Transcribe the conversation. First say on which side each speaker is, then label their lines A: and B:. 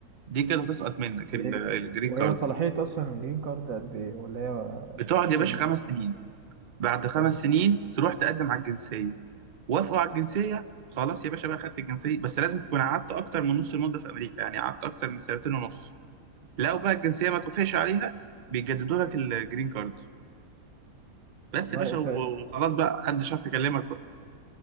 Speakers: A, on the right; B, on the right.
A: دي كده تسقط منك
B: اوكي
A: ال- الجرين
B: وهي
A: كارد
B: صلاحية أصلا الجرين كارد قد إيه ولا هي
A: بتقعد يا
B: فيرم
A: باشا خمس سنين بعد خمس
B: خمس سنين
A: سنين تروح تقدم على الجنسيه وافقوا على الجنسيه خلاص يا باشا بقى خدت الجنسيه بس لازم تكون قعدت اكتر من نص المده في امريكا يعني قعدت اكتر من سنتين ونص لو بقى الجنسيه ما توافقش عليها بيجددوا لك الجرين كارد بس
B: والله
A: يا باشا
B: أنت
A: و- وخلاص بقى محدش عارف يكلمك بقى